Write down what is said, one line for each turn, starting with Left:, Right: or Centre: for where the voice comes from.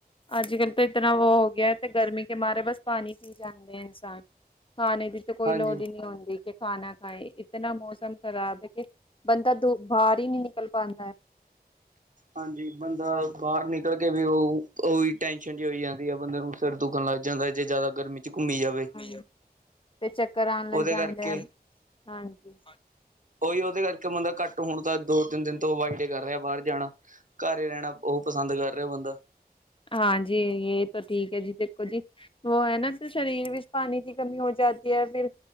Left: ਅੱਜ ਕੱਲ੍ਹ ਤਾਂ ਇਤਨਾ ਵ ਹੋ ਗਿਆ ਤੇ ਗਰਮੀ ਕੇ ਮਾਰੇ ਬਸ ਪਾਣੀ ਪੀ ਜਾਂਦੇ ਹੈ ਇਨਸਾਨ। ਹਾਂ ਨਹੀਂ ਇਹਦੀ <inaudible> ਤੇ ਕੋਈ
Right: ਹਾਂਜੀ।
Left: ਲੋੜ ਹੀ ਨਹੀਂ ਹੁੰਦਾ ਦੀ ਖਾਣਾ ਖਾਏ ਇਤਨਾ ਮੌਸਮ ਖ਼ਰਾਬ ਹੈ ਕਿ ਬੰਦਾ ਦ ਬਾਹਰ ਹੀ ਨਹੀਂ ਨਿਕਲ ਪਾਉਂਦਾ ਹੈ
Right: ਹਾਂਜੀ ਬੰਦਾ ਬਾਹਰ ਨਿਕਲ ਕੇ ਵੀ ਉਹ ਉਹੀ ਟੈਨਸ਼ਨ ਜ ਹੋਈ ਜਾਂਦੀ ਆ ਬੰਦੇ ਨੂੰ ਸਿਰ ਦੁਖਨ ਲੱਗ ਜਾਂਦਾ ਜੇ ਜ਼ਿਆਦਾ ਗਰਮੀ ਚ ਘੁੰਮੀ ਜਾਵੇ
Left: ਹਾਂ ਤੇ ਚੱਕਰ ਆਉਣ ਲੱਗ
Right: ਉਹਦੇ
Left: ਜਾਂਦੇ
Right: ਕਰਕੇ
Left: ਆ ਹਾਂਜੀ
Right: ਉਹੀ ਉਹਦੇ ਕਰਕੇ ਬੰਦਾ ਘੱਟ ਹੁਣ ਤਾਂ ਦੋ ਤਿੰਨ ਦਿਨ ਤੋਂ ਅਵਾਈਡ ਹੀ ਕਰ ਰਿਹਾ ਬਾਹਰ ਜਾਣਾ ਘਰ ਰਹਿਣਾ ਉਹਹੁ ਪਸੰਦ ਕਰ ਰਿਹਾ ਹੋ ਬੰਦਾ
Left: ਹਾਂਜੀ ਇਹ ਤਾਂ ਠੀਕ ਹੈ ਜੀ ਦੇਖੋ ਜੀ। ਉਹ ਹੈ ਨਾ ਸਰੀਰ ਵਿੱਚ ਪਾਣੀ ਦੀ ਕਮੀ ਹੋ ਜਾਦੀ ਹੈ ਫਿਰ